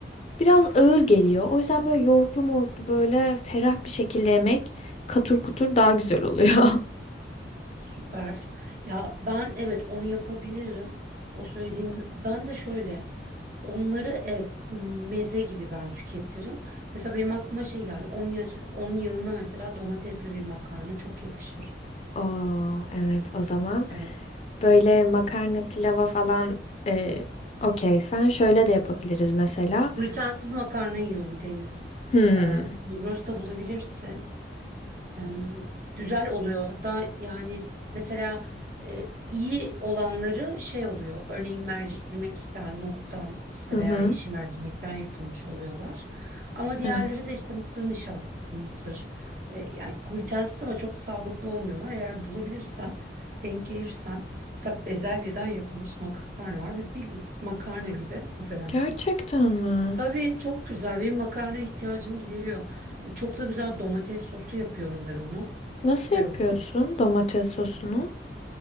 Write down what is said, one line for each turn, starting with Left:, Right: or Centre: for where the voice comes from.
Left: biraz ağır geliyor. O yüzden böyle yoğurtlu mortlu böyle ferah bir şekilde yemek katur kutur daha güzel oluyor. <laughs>
Right: süper. Ya ben evet onu yapabilirim. O söylediğim ben de şöyle onları evet meze gibi ben tüketirim. Mesela benim aklıma şey geldi. Onun, yaş- onun yanına mesela domatesli bir makarna çok yakışır.
Left: Oo, evet o zaman
Right: Evet.
Left: böyle makarna pilava falan e, okey sen şöyle de yapabiliriz mesela.
Right: Glutensiz makarna yiyorum Deniz.
Left: Hmm.
Right: Ee, Migros'ta bulabilirsin. em, güzel oluyor. Hatta yani mesela e, iyi olanları şey oluyor. Örneğin mercimekten, nohuttan işte
Left: Hı hı.
Right: veya yeşil mercimekten yapılmış oluyorlar. Ama diğerleri
Left: Evet.
Right: de işte mısır nişastası, mısır e, yani glutensiz ama çok sağlıklı olmuyorlar. Eğer bulabilirsen, denk gelirsen mesela bezelyeden yapılmış makarna var ve bildiğin makarna gibi affedersin.
Left: Gerçekten mi?
Right: Tabii çok güzel. Benim makarna ihtiyacımı gideriyor. Çok da güzel domates sosu yapıyorum ben onu.
Left: Nasıl
Right: Süper
Left: yapıyorsun
Right: oluyor.
Left: domates sosunu?